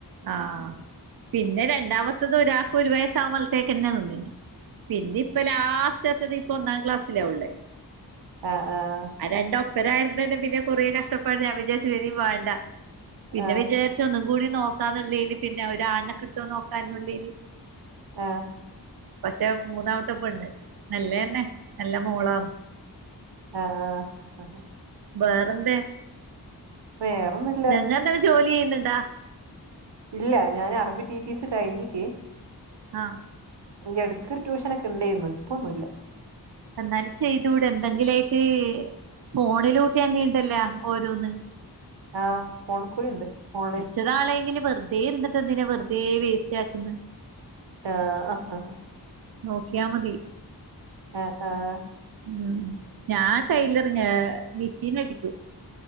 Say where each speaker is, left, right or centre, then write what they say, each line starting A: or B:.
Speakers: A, on the right (about 60°); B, on the right (about 85°).
A: ആഹ് പിന്നെ രണ്ടാമത്തത് ഒരാൾക്ക് ഒരു വയസ്സാകുമ്പോഴത്തേക്ക്തന്നെ പിന്നെ ഇപ്പ ലാസ്റ്റ്ത്തത് ഇപ്പ ഒന്നാം ക്ലാസ്സിലാള്ളേ
B: ആഹ്‌ ആഹ്‌
A: രണ്ടു ഒപ്പരായിരു തന്നെ പിന്നെ കുറ കഷ്ടപ്പാട് ഞാൻ വിജാരിച്ചുപിന്നെ വാണ്ട പിന്നെ
B: ആഹ്
A: വിജാരിച്ച് പക്ഷെ ഒന്നും കൂടി നോക്കാന്നുള്ളല് പിന്നെ ഒരാണിനെ കിട്ടും നോക്കാന്ന <unintelligible>
B: ആഹ്
A: പക്ഷെ മൂന്നാമത്തെ പെണ്ണ് നെല്ല തന്നെ നല്ല മോളാന്ന
B: ആഹ് ആഹ്
A: വേറെന്തേ
B: വേറൊന്നില്ല
A: നിങ്ങെന്തെങ്കിലും ജോലി ചെയ്യുന്നുണ്ടാ
B: ഇല്ല ഞാൻ അറബി ടി ടി സി കഴിഞ്ഞക്ക്
A: ആഹ്
B: ഇ ഇടക്ക ഒരു ട്യൂഷനൊക്കെ ഉണ്ടായിന്ന് ഇപ്പൊന്നുല്ല
A: എന്നാല് ചെയ്തൂടെ എന്തെങ്കിലായിട്ട് ഫോണിലൂട്ടി തന്നെ ഉണ്ടല്ലോ ഓരോന്ന്
B: ആഹ് ഫോൺ കൂലുണ്ട് ഫോണില്
A: ഉം നാളെങ്കില് വെറുതെ ഇരിട്ട് എന്തിനാ വെറുതെേ വേസ്റ്റ് ആക്കുന്നു
B: ആഹ് ആഹ്
A: നോക്കിയാ മതി
B: ആഹ് ആഹ്
A: ഉം ഞാൻ ടൈലറിങ് മെഷീൻ അടിക്കും